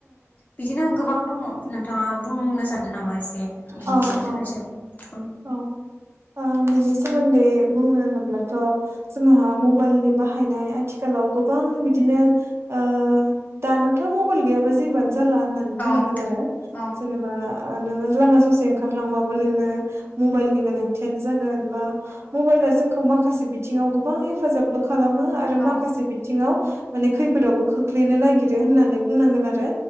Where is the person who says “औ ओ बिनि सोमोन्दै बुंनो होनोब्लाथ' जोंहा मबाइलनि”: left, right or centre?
Right